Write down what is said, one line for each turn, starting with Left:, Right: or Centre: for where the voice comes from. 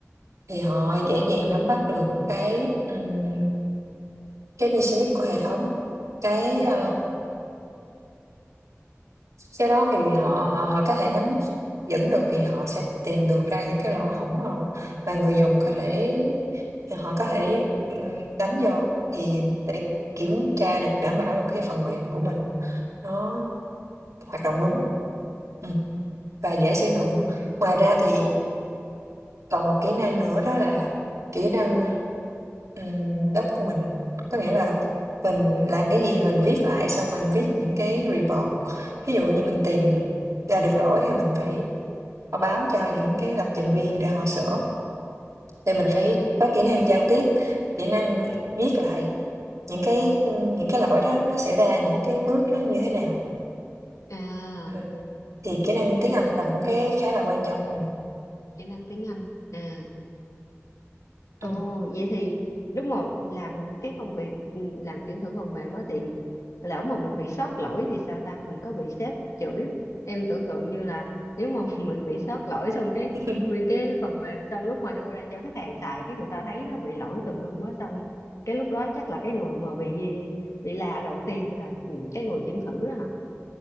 Right: thì họ dễ dàng nắm bắt được cái, ừm, cái business của hệ thống, cái,
Left: à
Right: ờ Cái đó thì họ họ họ có thể nắm vững được thì họ sẽ tìm được ra những cái lỗ hổng mà mà người dùng có thể ờ, họ có thể, ừm, đánh vô thì để
Left: dạ
Right: kiểm tra được, đảm bảo được cái phần mềm của mình nó hoạt động đúng, ừm, và dễ sử dụng.
Left: ừ.
Right: Ngoài ra thì còn một kỹ năng nữa đó là kỹ năng, ừm, doc của mình, có nghĩa là mình làm
Left: à
Right: cái gì thì mình viết lại, xong mình viết những cái report. Ví dụ như mình tìm ra được lỗi thì mình phải, ờ, báo cho những cái lập trình viên để họ sửa, thì
Left: à
Right: mình phải có kỹ năng giao tiếp, kỹ năng viết lại những cái, những cái lỗi đó nó xảy ra, những cái bước nó như thế nào.
Left: à
Right: Ừm, thì kỹ năng tiếng
Left: kỹ
Right: Anh
Left: năng
Right: là
Left: giao
Right: một cái
Left: tiếp
Right: khá là quan trọng. Ừm,
Left: kỹ năng tiếng Anh à Ồ,
Right: ừm.
Left: vậy thì lúc mà làm cái công việc ừ, làm kiểm thử phần mềm á thì lỡ mà mình bị sót lỗi thì sao ta? Mình có bị sếp chửi không? Em tưởng tượng như là nếu mà <laughs> mình bị sót lỗi xong cái
Right: Ừm,
Left: nguyên cái phần mềm xong lúc mà đưa ra cho khách hàng xài cái người ta thấy nó bị lỗi tùm lum á xong cái lúc đó chắc là cái người mà bị gì bị la đầu tiên là ừ, cái người kiểm thử đó hả?